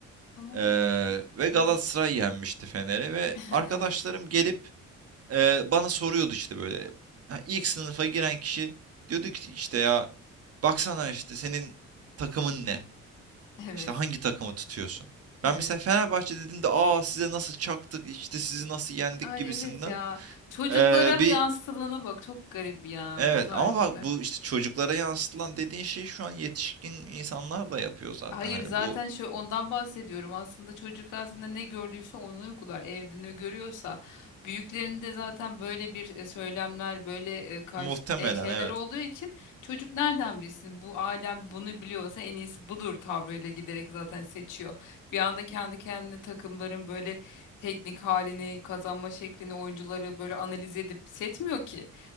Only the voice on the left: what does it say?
Tamam.
Hı.
<laughs>
Evet,
evet,
evet.
Ay
evet ya. Çocuklara
yansıtılana bak çok garip ya
bu tarihler.
Hayır
zaten
şu ondan bahsediyorum. Aslında çocuk aslında ne gördüyse onu uygular. Evde ne görüyorsa büyüklerinde zaten böyle bir e, söylemler, böyle e, karşı
e, şeyler
olduğu için çocuk nereden bilsin? Bu alem bunu biliyorsa en iyisi budur tavrıyla giderek zaten seçiyor. Bir anda kendi kendine takımların böyle teknik halini, kazanma şeklini, oyuncuları böyle analiz edip seçmiyor ki.